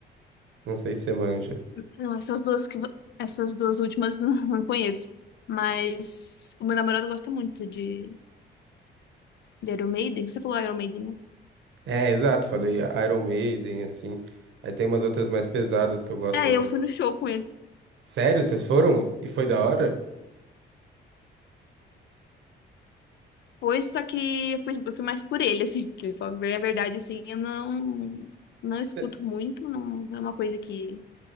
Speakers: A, on the right; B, on the left.
A: não sei se você manja.
B: Não, essas duas que... vo- Essas duas últimas <laughs> não não conheço. Mas o meu namorado gosta muito de, de Iron Maiden. Você falou Iron Maiden, né?
A: É, exato, falei Iron Maiden, assim. Aí tem umas outras mais pesadas que eu gosto
B: É,
A: também.
B: eu fui no show com ele.
A: Sério, vocês foram? E foi da hora?
B: Pois, só que eu fui, eu fui mais por ele, <laughs> assim. Porque, pra ver a verdade, assim, eu não... Não escuto
A: Cê-
B: muito. Não é uma coisa que